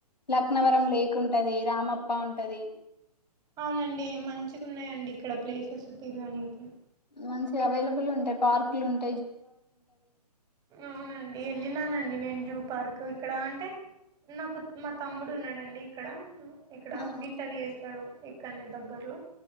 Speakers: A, on the left; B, on the right.
A: లక్నవరం లేక్ ఉంటది రామప్ప ఉంటది
B: అవునండి మంచిగా ఉన్నాయండి ఇక్కడ ప్లేసెస్ తిరగనికి.
A: మంచిగా అవైలబుల్ ఉంటాయి పార్కులు ఉన్
B: అవునండి యెళ్ళిననండి నేను జూ పార్క్ ఇక్కడ అంటే నాకు మా తమ్ముడు ఉన్నాడండి ఇక్కడ. ఇక్కడ
A: అవును.
B: ఇంటరు చేస్తాడు ఇక్కన్నే దగ్గర్లో